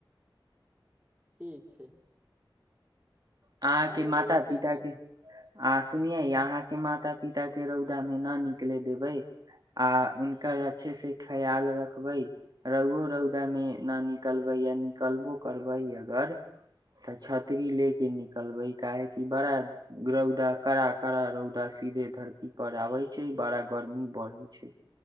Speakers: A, on the right (about 15°); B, on the right (about 50°).
A: ठीक छै
B: अह
A: आर
B: के
A: बतै
B: माता
A: छै
B: पििता
A: ने
B: के आ सुनिये यहाँ के माता पिता के के रौदामे नहि निकलै देबै आ हनकर अच्छे से ख्याल रखबै रौओ रौदा मे न निकलबै य निकलबो करबै अगर तऽ छतरी ले के न नले काहेकि बड़ा रौदा कड़ा कड़ा रौदा सीधे धरती पर आबे छै बड़ा गर्मी बढ़े छै